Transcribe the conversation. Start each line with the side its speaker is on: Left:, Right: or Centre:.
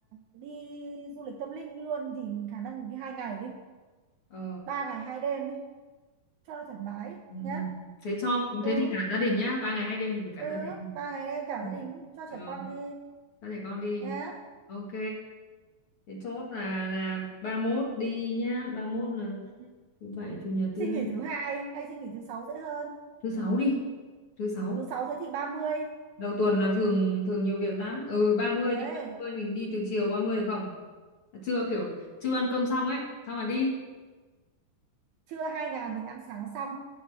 Right: đi du lịch tâm linh luôn thì khả năng mình đi hai ngày đi.
Left: Ờ.
Right: Ba ngày hai đêm đi, cho nó thoải mái
Left: Ừ.
Right: nhá.
Left: ừ. Thế cho
Right: Ừ,
Left: thế thì cả gia đình nhá, ba ngày hai đêm thì phải cả
Right: ừ,
Left: gia đình.
Right: ba ngày đêm cả
Left: Ừ.
Right: gia đình cho
Left: Ờ,
Right: trẻ con đi
Left: cho trẻ con đi.
Right: nhá.
Left: Ok. Thế chốt là là ba mốt đi nhá, ba mốt là
Right: Ừ.
Left: thứ bảy, chủ nhật, thứ
Right: Xin
Left: hai,
Right: nghỉ thứ hai hay xin nghỉ thứ sáu dễ hơn.
Left: thứ sáu đi. Thứ sáu.
Right: Thứ sáu thế thì 30.
Left: Đầu tuần là thường thường nhiều việc lắm. Ừ 30
Right: Đấy,
Left: đi, ba mươi mình đi từ chiều 30 được không? À, Trưa kiểu chưa ăn cơm xong ấy, xong là đi.
Right: trưa hai ngày mình ăn sáng xong.